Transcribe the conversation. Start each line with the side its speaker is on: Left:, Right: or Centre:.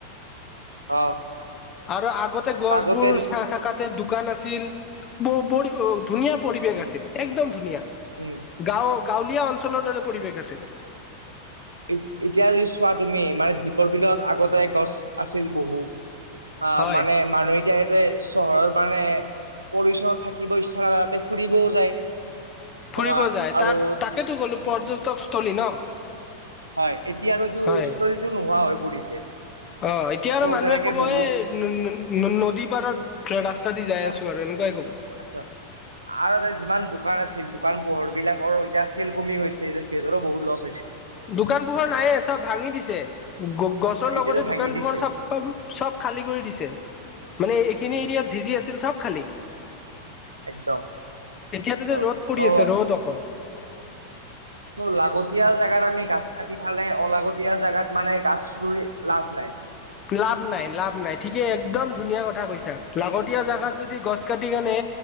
Right: অ।
Left: আৰু আগতে গছবোৰ
Right: আগতে
Left: চা থাকাতে দোকান আছিল। <unintelligible> ধুনীয়া পৰিৱেশ
Right: উম
Left: আছিল একদম ধুনীয়া।
Right: উম
Left: গাঁও গাঁৱলীয়া অঞ্চলৰ দৰে পৰিৱেশ আছে।
Right: এ এতিয়া যদি চোৱা তুমি মানে দ্বীপৰ বিলত আগতে গছ ছিল বহু আ
Left: হয়
Right: মানে মানুহে এতিয়াতে চহৰৰ মানে পলিউচনত থাকিব ইচ্ছা নাযায় তাতে ফুৰিবও যায়।
Left: ফুৰিব
Right: আমা
Left: যায়
Right: আৰু
Left: তাত তাকেতো গ'লো পৰ্যটকস্থলী ন।
Right: হয় এতিয়া আৰু এইটো
Left: হয়
Right: ষ্টৰিটো নোহোৱা হৈ পৰিছে।
Left: অ এতিয়া আৰু মানুহে
Right: যেনেকে
Left: কব
Right: বহু
Left: এই ন ন ন নদী পাৰত ৰাস্তা দি যাই
Right: আহ
Left: আছো আৰু এনে এনেকুৱাই কব।
Right: আৰু এতে যিমান দোকান আছে দোকান পোহৰ বিলাকৰ এতিয়া চেল কমি গৈছে। সিহতৰো বহুত লচ।
Left: দোকান পোহৰ নায়ে চব ভাঙি দিছে। গ গছৰ
Right: এতিয়াতো
Left: লগতে
Right: ভাঙি
Left: দোকানবোৰৰ
Right: দিছে
Left: চব তম চব খালী কৰি দিছে। মানে এইখিনি
Right: উম
Left: এৰিয়াত জিজি আছিল চব খালি।
Right: একদম
Left: এতিয়াটো যে
Right: অ
Left: ৰ'দ পৰি
Right: অ
Left: আছে ৰ'দ অকল।
Right: চ' লাগতিয়াল জেগাত আমি গাছ কাটি খালে অলাগতিয়াল জাগাত মানে গাছটোৱে লাভ নাই।
Left: লাভ নাই লাভ নাই। ঠিকে একদম ধুনীয়া কথা কৈছা। লাগতীয়া জাগাত যদি গছ কাটি কেনে